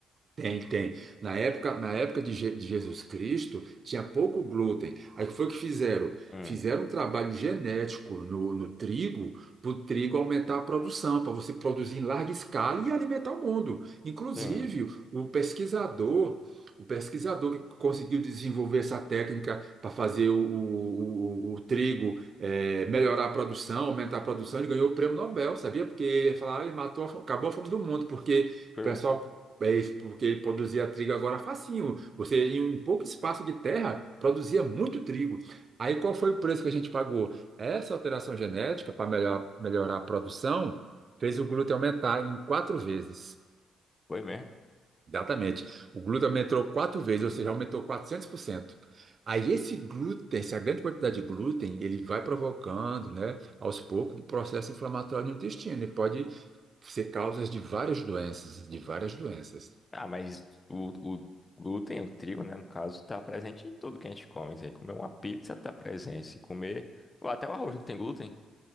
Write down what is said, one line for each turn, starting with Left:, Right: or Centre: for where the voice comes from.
Right: Tem, tem. Na época, na época de, Je- de Jesus Cristo, tinha pouco glúten. Aí foi o que foi que fizeram?
Left: Hum.
Right: Fizeram um trabalho genético no, no trigo, para o trigo aumentar a produção, para você produzir em larga escala e alimentar o mundo. Inclusive,
Left: Hum.
Right: o pesquisador, o pesquisador que conseguiu desenvolver essa técnica para fazer o, o, o- o trigo eh, melhorar a produção, aumentar a produção, ele ganhou o prêmio Nobel, sabia? Porque ele ia falar, ele matou, a fome- acabou a fome do mundo, porque
Left: Foi
Right: o pessoal
Left: mesmo?
Right: é isso, porque ele produzia trigo agora facinho. Você, em um pouco espaço de terra, produzia muito trigo. Aí qual foi o preço que a gente pagou? Essa alteração genética, para melhor, melhorar a produção, fez o glúten aumentar em quatro vezes.
Left: Foi mesmo.
Right: Exatamente. O glúten aumentou quatro vezes, ou seja, aumentou 400%. Aí esse glúten, essa grande quantidade de glúten, ele vai provocando, né, aos poucos, um processo inflamatório no intestino e pode ser causas de várias doenças, de várias doenças.
Left: Ah, mas o, o glúten, o trigo, né, no caso, tá presente em tudo que a gente come. Se comer uma pizza, tá presente. Se comer. Ou Até o arroz não tem glúten?